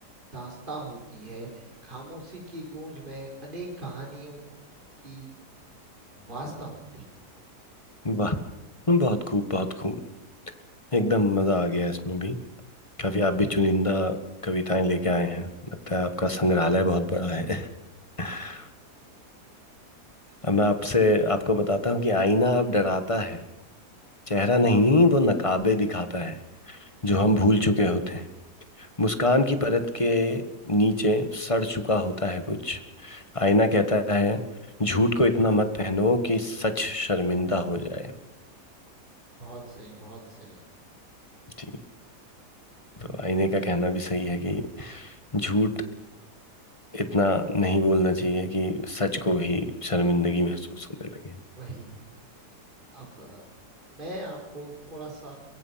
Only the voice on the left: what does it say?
वाह बहुत खूब बहुत खूब एकदम मजा आ गया इसमें भी काफी आप भी चुनिंदा कविताएं लेके आए हैं लगता है आपका संग्रहालय बहुत बड़ा है <laughs> अब मैं आपसे आपको बताता हूँ कि आईना अब डराता है चेहरा नहीं वो नकाबे दिखाता है जो हम भूल चुके होते हैं मुस्कान की परत के नीचे सड़ चुका होता है कुछ आईना कहता है झूठ को इतना मत पहनो कि सच शर्मिंदा हो जाए
ठीक तो आईने का कहना भी सही है कि झूठ इतना नहीं बोलना चाहिए कि सच को भी शर्मिंदगी महसूस होने लगे